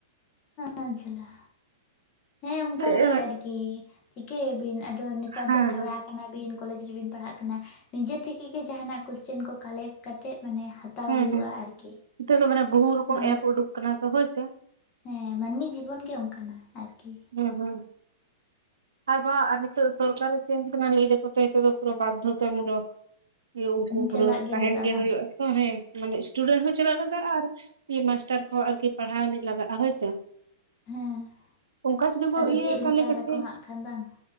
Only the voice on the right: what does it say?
ᱦᱮᱸ
ᱦᱮᱸ
ᱦᱩᱸ
ᱦᱩᱸ
ᱱᱤᱛ ᱫᱚ ᱢᱟᱱᱮ ᱵᱚᱦᱩ ᱨᱚᱠᱚᱢ
ᱮᱯ ᱩᱰᱩᱠ ᱟᱠᱟᱱᱟ ᱛᱚ ᱦᱳᱭ ᱥᱮ
ᱦᱩᱸ ᱦᱩᱸ ᱟᱨ ᱵᱟᱝ ᱟᱨ ᱱᱤᱛᱚᱜ ᱥᱚᱨᱠᱟᱨ ᱮ ᱪᱮᱧᱡᱽ ᱠᱟᱱᱟ ᱞᱟᱹᱭ ᱫᱟᱠᱚ ᱛᱚ ᱱᱤᱛᱚᱜ ᱫᱚ ᱯᱩᱨᱟᱹ ᱵᱟᱫᱷᱚᱛᱟᱢᱩᱞᱚᱠ ᱩᱱᱠᱩ ᱯᱩᱨᱟᱹ
ᱛᱟᱦᱮᱱ
ᱜᱮ
ᱦᱩᱭᱩᱜᱼᱟ ᱛᱚ ᱦᱮᱸ ᱢᱟᱱᱮ ᱤᱥᱴᱩᱰᱮᱱᱴ ᱦᱚᱸ ᱪᱟᱞᱟᱜ ᱞᱟᱜᱟᱜᱼᱟ ᱟᱨ ᱢᱟᱥᱴᱟᱨ ᱠᱚᱦᱚᱸ ᱟᱨᱠᱤ ᱯᱟᱲᱦᱟᱣ ᱟᱱᱤᱡ ᱞᱟᱜᱟᱜᱼᱟ ᱦᱳᱭ ᱥᱮ
ᱚᱱᱠᱟ ᱡᱩᱫᱤ ᱠᱚ
ᱤᱭᱟᱹᱭᱟ
ᱛᱟᱦᱞᱮ
ᱠᱟᱹᱴᱤᱡ